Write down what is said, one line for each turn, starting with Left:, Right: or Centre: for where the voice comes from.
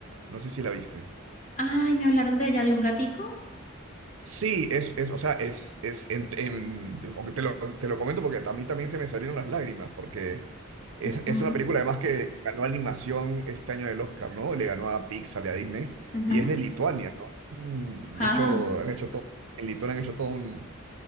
Right: No sé si la viste.
Left: Ay, me hablaron de ella, de un gatico.
Right: Sí, es, es, o sea, es, es, en- en- aunque te lo, te lo comento porque a mí también se me salieron las lágrimas, porque es,
Left: Ujú,
Right: es una película además que ganó animación este año del Oscar, ¿no? Le ganó a Pixar y a Disney,
Left: ujú.
Right: y es de Lituania, ¿no? Es un-
Left: Ah,
Right: De hecho, han hecho todo, en Lituania han hecho todo un,